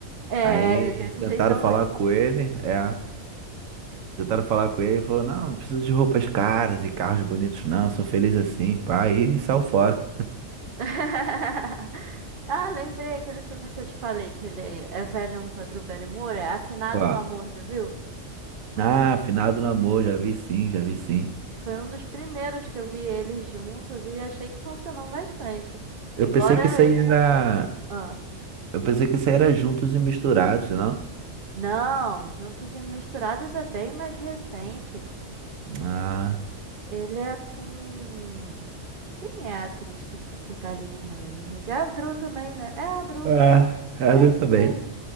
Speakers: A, on the right; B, on the right.
A: É,
B: Aí
A: ele tem esse
B: tentaram
A: jeitão
B: falar
A: aí.
B: com ele, é. Tentaram falar com ele e falou: Não, não preciso de roupas caras e carros bonitos, não. Sou feliz assim, pai. E, e saiu fora.
A: <laughs> Ah, lembrei aquele filme que eu te falei, que ele é velhão com a Drew Barrymore, é Afinado
B: Qual?
A: no Amor, já viu?
B: Ah, afinado no amor, já vi sim, já vi sim.
A: Foi um dos primeiros que eu vi eles juntos e achei que funcionou bastante. Embora
B: Eu pensei que isso aí
A: ele
B: era.
A: não fosse. Ah.
B: Eu pensei que isso aí era juntos e misturados, não?
A: Não, Juntos e Misturados é bem mais recente.
B: Ah,
A: Ele é com. Quem é a atriz que, f- que tá ali com ele? Já é a Drew também, né? É a Drew.
B: ah, é,
A: É
B: eu
A: isso
B: também.
A: mesmo.